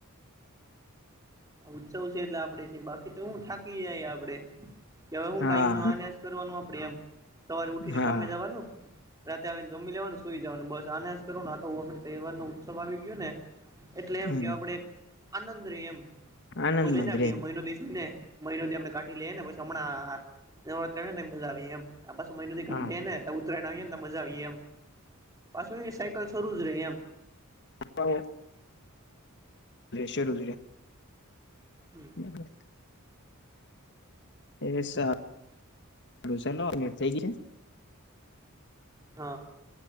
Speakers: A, on the right; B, on the left.
A: ઉત્સવ છે એટલે આપડે છે બાકી તો શું થાકી જાય આપડે કે હવે હું
B: હા
A: કીને કરવાનું આપણેે એમ સવારે ઉઠીને
B: હા
A: કામે જવાનું રાતે આવીને જમી લેવાનું સુઈ જવાનું બસ આના જ કરો ને આ તો હ આપડે તહેવાર નો ઉત્સવ આવી ગયો ને એટલે
B: હમ
A: એમ કે આપડ આનંદ ર એમ
B: આનંદમાં
A: કે ભછ લઈ ને
B: જ રે
A: મહિનો દ ને મહિનો દ આપડે કાઢી લઈએ પછ હમણાં નત્ર ને મજા આવી એમ આ પા મહિથી ઘંે
B: હા
A: ને ઉતરાયણ આવીએ ને મજા આવીએ એમ પાછું સાયકલ શરૂ જ રહી એમ
B: હ શરૂ
A: હમ
B: <inaudible> એ સાું ચાલ અટ થઇ ગ
A: હા